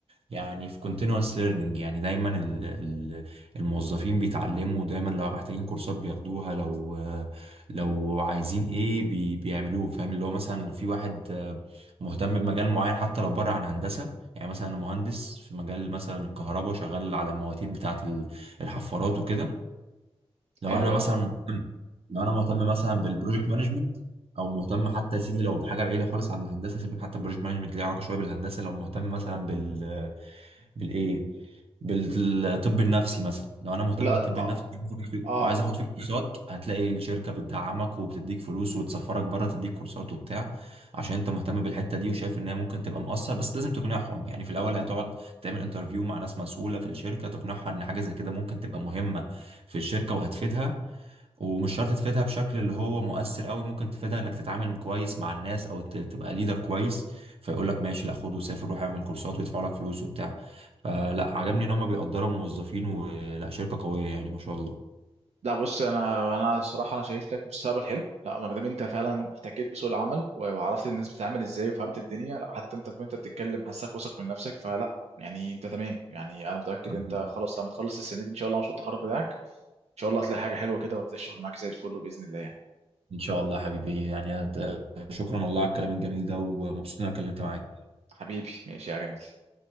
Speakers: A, on the right; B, on the right.
A: يعني في continuous learning يعني دايما ال- ال- الموظفين بيتعلموا دايما لو محتاجين كورسات بياخدوها لو لو عايزين ايه بي بيعملوه فاهم اللي هو مثلا في واحد آه، مهتم بمجال معين حتى لو بره عن هندسة يعني مثلا أنا مهندس في مجال مثلا الكهرباء شغال على المواتير بتاعة ال- الحفارات وكده لو
B: حلو
A: انا مثلا
B: اه
A: مهتم لو انا مهتم مثلا بالبروجكت مانجمنت او مهتم حتى يا سيدي لو بحاجه بعيده خالص عن الهندسه سيبك حتى البروجكت مانجمنت ليه علاقه شويه بالهندسه لو مهتم مثلا بال بالايه بالطب النفسي مثلا لو انا مهتم
B: لا
A: بالطب
B: اه
A: النفسي وعايز آخد فيه
B: اه
A: وعايز آخد فيه كورسات هتلاقي الشركه بتدعمك وبتديك فلوس وتسفرك بره تديك كورسات وبتاع عشان انت مهتم بالحته دي وشايف ان هي ممكن تبقى مؤثر بس لازم تقنعهم يعني في الاول هتقعد تعمل انترفيو مع ناس مسؤوله في الشركه تقنعها ان حاجه زي كده ممكن تبقى مهمه في الشركه وهتفيدها ومش شرط تفيدها بشكل اللي هو مؤثر قوي ممكن تفيدها انك تتعامل كويس مع الناس او ت- تبقى ليدر كويس فيقول لك ماشي لا خد وسافر روح اعمل كورسات ويدفعوا لك فلوس وبتاع فلا عجبني ان هم بيقدروا الموظفين ولا شركة قوية يعني ما شاء الله
B: لا بص انا انا صراحه انا شايف لك مستقبل حلو لا ما دام انت فعلا احتكيت بسوق العمل و- وعرفت الناس بتتعامل ازاي وفهمت الدنيا لا حتى انت وانت بتتكلم حاسك واثق من نفسك فلا يعني انت تمام يعني انا متاكد
A: حبيبي.
B: انت خلاص لما تخلص السنه دي ان شاء الله مشروع التخرج بتاعك ان شاء الله هتلاقي حاجه حلوه كده وهتلاقي الشغل معاك زي الفل باذن الله يعني
A: ان شاء الله حبيبي يعني هت- شكرا والله على الكلام الجميل ده ومبسوط ان انا اتكلمت معاك
B: حبيبي ماشي يا جميل